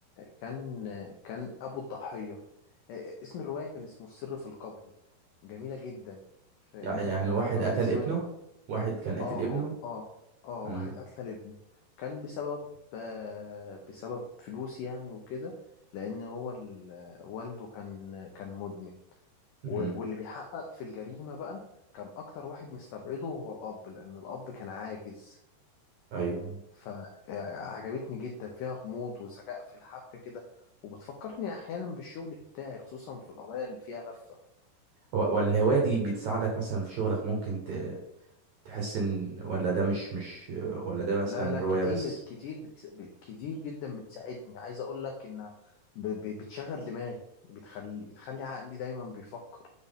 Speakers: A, on the left; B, on the right.
A: كان كان أبو الضحية آه، اسم الرواية كان اسمه السر في القبو جميلة جدا فاهمني
B: يعني يعني
A: أنا
B: واحد
A: افتكرت
B: قتل
A: اسمها
B: ابنه
A: دلوقتي
B: واحد كان قاتل
A: اه
B: ابنه
A: هو- اه اه
B: امم
A: واحد قتل ابنه كان بسبب آه بسبب فلوس يعني وكده لأن هو ال- والده كان كان مدمن
B: امم
A: و- واللي بيحقق في الجريمة بقى كان أكتر واحد مستبعده هو الأب لأن الأب كان عاجز
B: ايوه
A: فعجبتني جدا فيها غموض وذكاء في الحبكة كده وبتفكرني أحيانا بالشغل بتاعي خصوصا في القضايا اللي فيها لفة
B: و- والهوايه دي بتساعدك مثلا في شغلك ممكن ت- تحس ان ولا ده مش مش ولا ده مثلا
A: لا لا
B: روايه
A: كتير
B: بس
A: كتير بت... ب- كتير جدا بتساعدني عايز أقول لك إن ب... ب... بتشغل دماغي بتخلي بتخلي عقلي دايما بيفكر